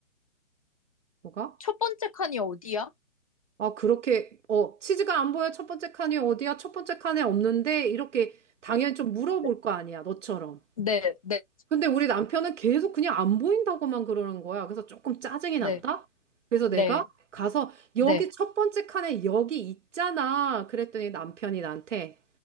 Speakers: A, on the right; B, on the left.
A: 너가?
B: 첫 번째 칸이 어디야?
A: 아, 그렇게, 어, 치즈가 안 보여. 첫 번째 칸이 어디야? 첫 번째 칸에 없는데? 이렇게 당연히 좀 물어볼
B: 네,
A: 거 아니야, 너처럼.
B: 네, 네,
A: 근데 우리 남편은 계속 그냥 안 보인다고만 그러는 거야. 그래서 조금 짜증이
B: 네,
A: 났다? 그래서 내가
B: 네,
A: 가서 여기
B: 네,
A: 첫 번째 칸에 여기 있잖아. 그랬더니 남편이 나한테